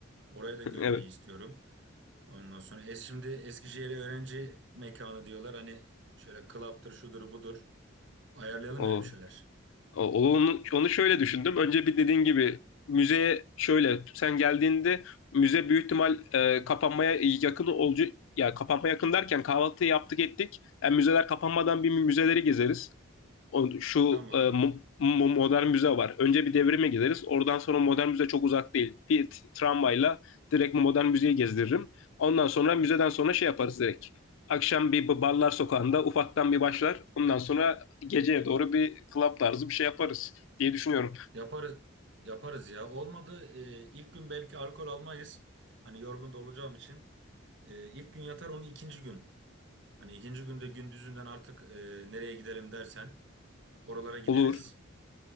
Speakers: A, on the right; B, on the left.
A: Orayı da görmeyi
B: <laughs> Evet.
A: istiyorum. Ondan sonra es şimdi Eskişehir öğrenci mekanı diyorlar. Hani şöyle club'tır şudur budur. Ayarlayalım
B: O.
A: yani bir şeyler.
B: O- Onu, onu şöyle düşündüm. Önce bir dediğin gibi müzeye şöyle sen geldiğinde müze büyük ihtimal e, kapanmaya yakın olacak. Ya kapanmaya yakın derken kahvaltıyı yaptık ettik. Yani müzeler kapanmadan bir müzeleri gezeriz o- şu
A: Tamam.
B: e, modern müze var. Önce bir devrime gideriz. Oradan sonra modern müze çok uzak değil. Bir tramvayla direkt modern müzeyi gezdiririm. Ondan sonra müzeden sonra şey yaparız direkt. Akşam bir b- barlar sokağında ufaktan bir başlar. Ondan sonra geceye doğru bir club tarzı bir şey yaparız diye düşünüyorum.
A: Yaparız yaparız ya. Olmadı e, ilk gün belki alkol almayız. Hani yorgun da olacağım için. E, ilk gün yatar onun ikinci gün. Hani ikinci günde gündüzünden artık e, nereye gidelim dersen oralara gideriz.
B: Olur.